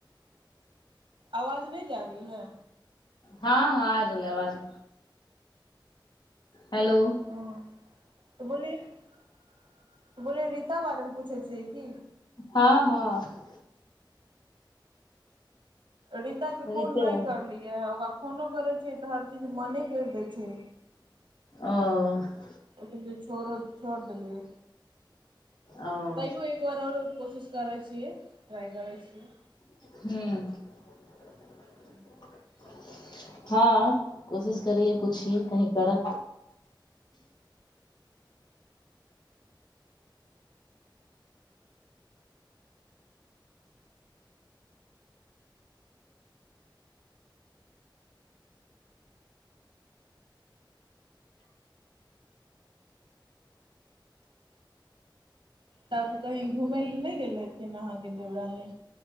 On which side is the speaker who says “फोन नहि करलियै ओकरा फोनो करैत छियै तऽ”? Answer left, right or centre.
Right